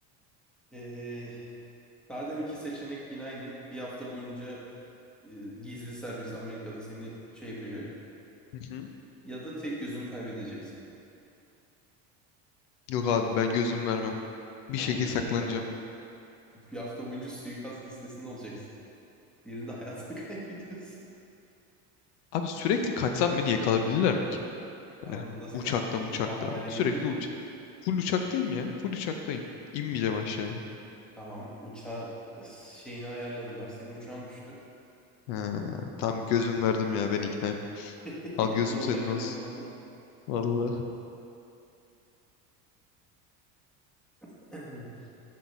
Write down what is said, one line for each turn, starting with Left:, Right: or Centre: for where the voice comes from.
Centre: Ee, daha deminki seçenek yine aynı. Bir hafta boyunca e, gizli servis Amerika'da seni şey yapacak.
Left: Hı hı.
Centre: Ya da tek gözünü kaybedeceksin.
Left: Yok abi ben gözüm vermem. Bir
Centre: Ama
Left: şekilde
Centre: 100
Left: saklanacağım.
Centre: milyar. Bir hafta boyunca suikast listesinde olacaksın. Diğerinde hayatını <laughs> kaybediyorsun.
Left: Abi sürekli kaçsam beni yakalayabilirler mi ki?
Centre: Tamam
Left: Böyle
Centre: da nasıl
Left: uçakta
Centre: kaçacaksın?
Left: uçakta.
Centre: Arabayla
Left: Sürekli
Centre: gezecek misin?
Left: uç full uçaktayım ya. Full uçaktayım. İnmeyeceğim aşağıya.
Centre: Tamam. Uçağı şeyini ayarladılar. Senin uçağın düştü.
Left: Ha, tam gözüm verdim ya beni ikna et.
Centre: <laughs>
Left: Al gözüm
Centre: Zorla
Left: senin
Centre: gözünü
Left: olsun.
Centre: aldım.
Left: Vallahi.
Centre: <clears throat> <laughs>